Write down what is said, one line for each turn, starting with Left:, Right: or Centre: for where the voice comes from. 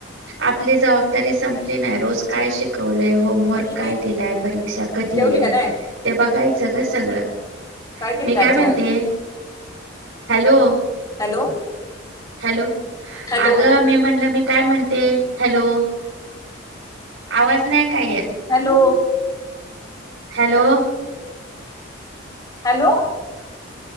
Right: आप ज सं काय शिकवलय होमवर्क
Left: बाकी
Right: काय दिलाय परीक्षा कधी
Left: जेवली
Right: आहे
Left: का नाही
Right: ते बघायच सग सगळं
Left: केलं
Right: मी काय
Left: आज
Right: म्हणते
Left: यार
Right: हॅलो
Left: हॅलो
Right: हॅलो
Left: हॅलो
Right: अगं मी म्हणलं मी काय म्हणते हॅलो आवाज नाही काय येत
Left: hello
Right: hello
Left: hello